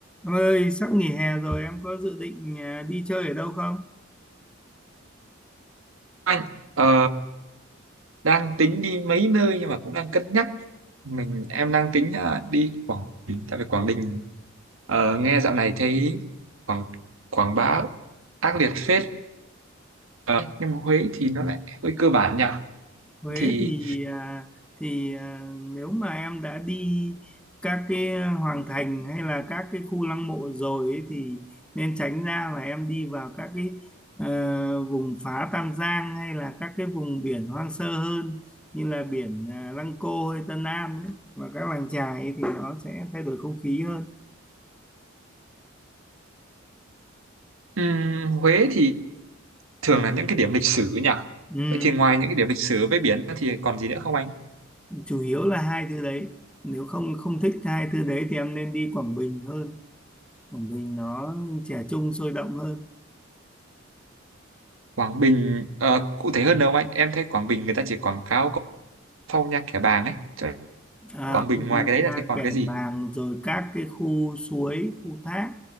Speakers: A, in the centre; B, on the right (about 85°).
A: Em ơi, sắp nghỉ hè rồi em có dự định à, đi chơi ở đâu không?
B: Anh ờ, đang tính đi mấy nơi nhưng mà cũng đang cân nhắc mình em đang tính ờ, đi Quảng Bình tại vì Quảng Bình ờ, nghe dạo này thấy Quảng Quảng Bá ác liệt phết Ờ, nhưng mà Huế thì nó lại hơi cơ bản nhỉ
A: Huế
B: thì
A: thì à, thì à, nếu mà em đã đi các cái hoàng thành hay là các cái khu lăng mộ rồi ấy, thì nên tránh ra mà em đi vào các cái ờ, vùng phá Tam Giang hay là các cái vùng biển hoang sơ hơn như là biển à, Lăng Cô hay Tân An ấy và các làng chài ấy, thì nó sẽ thay đổi không khí hơn.
B: ừm, Huế thì thường là những cái điểm lịch sử nhỉ
A: Ừ.
B: vậy thì ngoài những cái điểm lịch sử với biển ra thì còn gì nữa không anh
A: chủ yếu là hai thứ đấy nếu không không thích hai thứ đấy thì em nên đi Quảng Bình hơn Quảng Bình nó trẻ trung sôi động hơn
B: Quảng Bình ờ, cụ thể hơn đâu anh em thấy Quảng Bình người ta chỉ quảng cáo có phong nha kẻ bàng ấy Cho nên
A: à,
B: Quảng Bình ngoài cái đấy ra
A: ra
B: thì còn
A: Kẻ
B: cái gì
A: Bàng rồi các cái khu suối khu thác